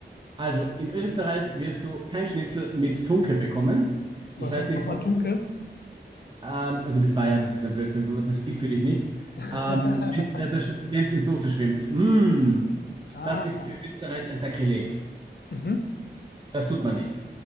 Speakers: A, on the right; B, on the left.
A: Also in Österreich wirst du kein Schnitzel mit Tunke bekommen.
B: Was
A: Ich weiß
B: ist
A: nicht,
B: nochmal
A: ob
B: Tunke?
A: ähm, du bist Bayer, das ist ein Blödsinn, du, das gilt für dich nicht.
B: <laughs>
A: Ähm, wenn es äh, das- wenn's in Soße schwimmt, mm,
B: Ah.
A: das ist für Österreich ein Sakrileg.
B: Mhm.
A: Das tut man nicht.